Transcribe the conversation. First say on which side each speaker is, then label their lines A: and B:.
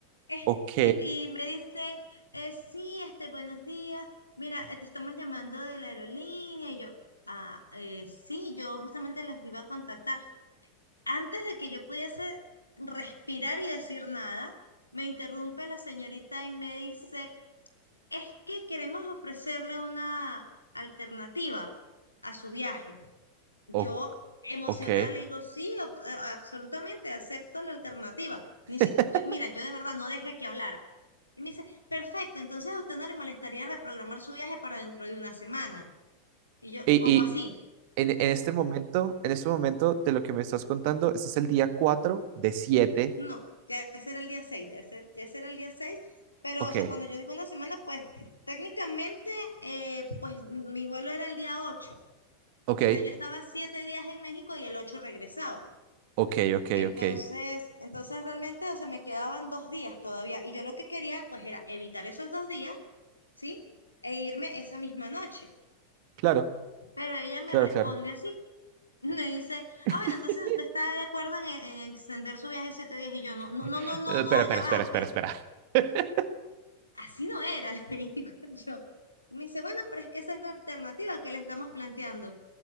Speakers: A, on the left; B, on the right.
A: Eh,
B: Ok,
A: y, y me dicen, eh, sí, este, buenos días, mira, eh, te estamos llamando de la aerolínea. Y yo, ah, eh, sí, yo justamente les iba a contactar. Antes de que yo pudiese respirar y decir nada, me interrumpe la señorita y me dice, es que queremos ofrecerle una alternativa a su viaje. Yo
B: o-
A: emocional
B: ok.
A: le digo, sí, ab- a- absolutamente, acepto la alternativa.
B: <laughs>
A: Ni si- yo- mira, yo de verdad no dejé que hablara. Y me dice, perfecto, entonces a usted no le molestaría reprogramar su viaje para dentro de una semana. Y yo,
B: Y,
A: ¿cómo
B: y
A: así?
B: en, en este momento, en este momento de lo que me estás contando, este es el día cuatro de siete.
A: No, ya ese era el día seis, ya ese, ya ese era el día seis, pero
B: Ok,
A: o sea, cuando yo digo una semana, pues técnicamente, eh, pues mi vuelo era el día 8,
B: ok,
A: o sea, yo estaba 7 días en México y el 8 regresaba.
B: ok, ok,
A: Entonces,
B: ok.
A: entonces realmente, o sea, me quedaban dos días todavía y yo lo que quería, pues era evitar esos dos días, ¿sí? E irme esa misma noche.
B: Claro,
A: Pero ella me
B: claro,
A: responde
B: claro.
A: así, <laughs> me dice,
B: <laughs>
A: ah, bueno, entonces usted está de acuerdo en, en extender su viaje siete días y yo no, no,
B: Eh,
A: no, no, no, no,
B: Espera, espera,
A: ya va,
B: espera, espera,
A: pero
B: espera. <laughs>
A: Así no era, <laughs> le digo yo. Y Me dice, bueno, pero es que esa es la alternativa que le estamos planteando.